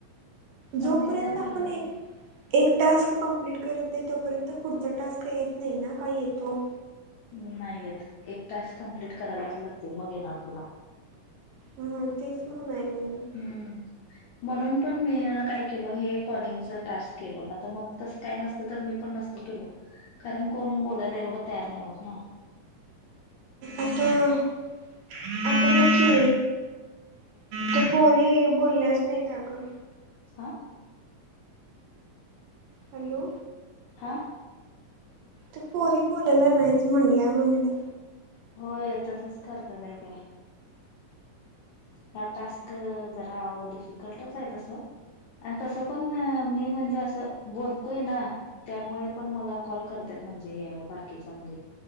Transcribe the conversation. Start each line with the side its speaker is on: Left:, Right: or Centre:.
Left: पण
Right: जोपर्यंत
Left: तिझ लागलंच
Right: आपण एक
Left: नाही.
Right: एक टास्क कम्प्लीट करत नाही तोपर्यंत पुढचा टास्क येत नाही ना काय येतो?
Left: नाही येत. एक टास्क कम्प्लीट करायलाच लागतो. मग येणार तुला.
Right: हा तेच म्हणायले. मी
Left: हम्म. म्हणून पण मी काय केलो हे कॉलिंगच टास्क केलो. ना तर मग तसं काय नसतं तर मी पण नसते -- केलो कारण कोण बोलायला एवढं तयार नाही होत ना.
Right: आता आता बघकि. त्या पोरी बोलल्याच नाहीत आगं.
Left: आ.
Right: हॅलो
Left: हां
Right: तू पो री बोलाला नाहीच म्हणल्या म्हटलं
Left: होय तसच करत नाही ते हा टास्क जरा डिफिकल्टच आहे तस आणि तसं पण मी म्हणजे असं बोलतोय ना त्यामुळे पण मला कॉल करत म्हणजे हे बाकीच्या मुली